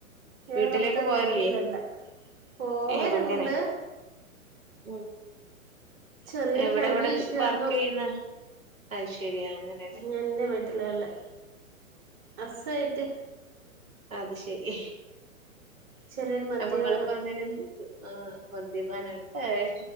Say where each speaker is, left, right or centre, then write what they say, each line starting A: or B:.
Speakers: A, on the right (about 25°); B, on the right (about 70°).
A: ഞാൻ
B: വീട്ടിലേക്ക്
A: ഭർത്താവിന്റെ
B: പോവല്ലേ
A: വീട്ടിലല്ല പോവലുണ്ട്
B: ഏ അങ്ങനെ ഉം
A: ചെറിയൊരു
B: എവിടെ
A: ഫാമിലി
B: ഇവിടെ
A: ഇഷ്യൂ
B: വർക്ക്
A: കാരണം
B: ചെയ്യുന്ന അത് ശരി അങ്ങനെലേ
A: ഞാൻ എന്റെ ഉള്ളെ ഹസുആയിട്ട്
B: അത് ശെരി
A: ചെറിയൊരു മദ്യപാനം
B: അപ്പൊ ഇങ്ങളിപ്പോ എന്നാല്
A: ഉം
B: ആഹ് മദ്യപാനം ഏയ്